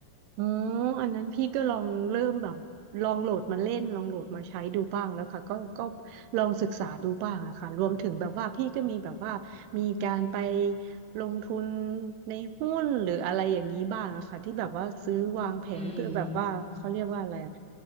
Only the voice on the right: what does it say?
อ๋ออันนั้นพี่ก็ลองเริ่มแบบลองโหลดมาเล่น ลองโหลดมาใช้ดูบ้างแล้วค่ะก็ก็ลองศึกษาดูบ้างอะค่ะรวมถึงแบบว่าพี่ก็มีแบบว่ามีการไปลงทุนในหุ้นหรืออะไรอย่างนี้บ้างอะค่ะที่แบบว่าซื้อวางแผนเพื่อแบบว่าเขาเรียกว่าอะไรอะ